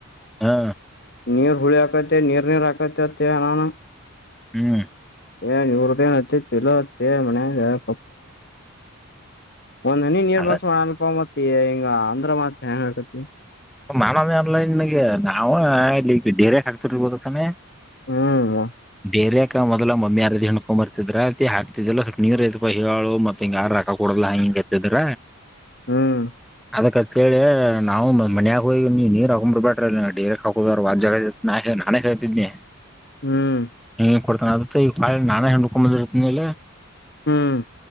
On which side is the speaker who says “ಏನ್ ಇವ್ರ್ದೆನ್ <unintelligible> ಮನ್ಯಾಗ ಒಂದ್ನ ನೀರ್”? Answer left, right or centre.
Left